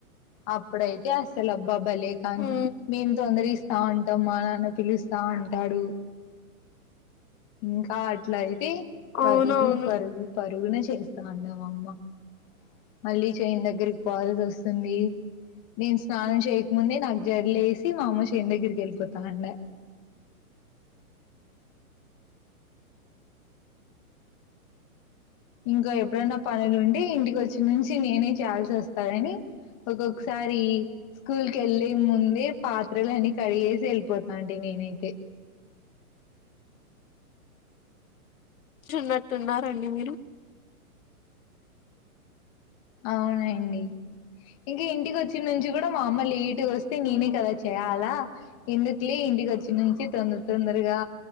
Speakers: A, on the left (about 20°); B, on the left (about 65°).
A: అప్పుడైతే అస్ అసలు అబ్బాబ్బలే కానీ
B: మ్మ్
A: మేము తొందర ఇస్తా ఉంటాం మా నాన్న పిలుస్తా వుంటాడు. ఇంకా అట్లయితే పరుగు,
B: అవునవును
A: పరుగు, పరుగునే చేస్తా ఉన్నా నా అమ్మ మళ్ళీ చేన్ దగ్గరికి పోవాల్సి వస్తుంది నేను స్నానం చేయకముందే నాకు జడలు యేసి మా అమ్మ చెన్ దగ్గరికి వెళ్ళిపోతా అండే ఇంకా ఎప్పుడైన్నా పనులు ఉంటే ఇంటికి వచ్చి నుంచి నేనే చేయాల్సి వస్తాదని ఒక్కొక్కసారి స్కూల్ కేళ్ళే ముందే పాత్రలు అన్నీ కడిగేసి వెళ్ళిపోతా అంటి నేనైతే
B: చున్నట్టు ఉన్నారండి మీరు
A: అవునండి ఇంకా ఇంటికి వచ్చిన నుంచి కూడా మా అమ్మ లిట్ ఇంటికి వస్తే నేనే
B: మ్మ్
A: కదా చేయాలా ఎందుకిలే ఇంటికి వచ్చి నుంచి తొందర తొందరగా